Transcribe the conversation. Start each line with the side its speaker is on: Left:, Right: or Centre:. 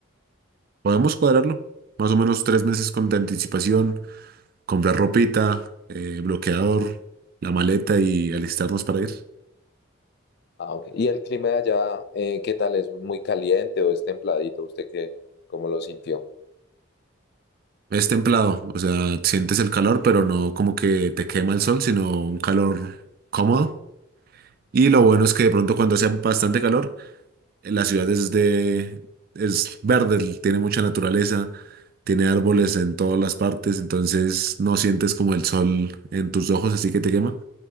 Right: Podemos cuadrarlo, más o menos tres meses con de anticipación, comprar ropita, eh, bloqueador, la maleta y alistarnos para ir.
Left: Ah, ok. ¿Y el clima de allá, eh, qué tal? ¿Es muy caliente o es templadito? ¿Usted qué, cómo lo sintió?
Right: Es templado, o sea, sientes el calor, pero no como que te quema el sol, sino un calor cómodo. Y lo bueno es que de pronto cuando hace bastante calor, La ciudad es de, es verde, tiene mucha naturaleza, tiene árboles en todas las partes, entonces no sientes como el sol en tus ojos, así que te quema.